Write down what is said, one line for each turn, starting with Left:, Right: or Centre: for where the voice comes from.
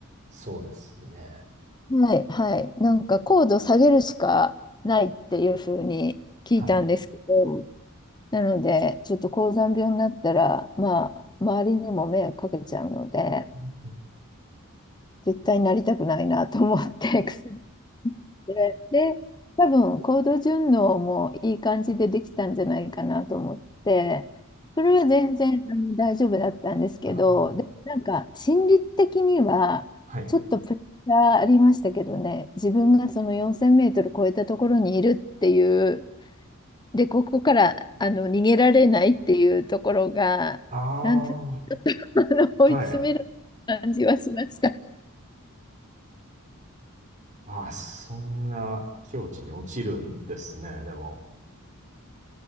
Right: そうですね。
Left: はい、はい。なんか高度下げるしかないっていうふうに聞いたんですけど、
Right: はい。
Left: なので、ちょっと高山病になったら、まあ、周りにも迷惑かけちゃうので、
Right: うんうん
Left: 絶対なりたくないなと思って、<laughs> 薬で、で、多分行動順応もいい感じでできたんじゃないかなと思って、それは全然あの大丈夫だったんですけど、
Right: ああー。
Left: で、なんか心理的にはちょっとプレッシャーありましたけどね、
Right: はい。
Left: 自分がその4000メートル超えたところにいるっていう、で、ここからあの逃げられないっていうところが、
Right: あ
Left: なんとか
Right: あ。
Left: あの追い詰める感じはしました。
Right: はい。ああ、そんな境地に落ちるんですね。でも、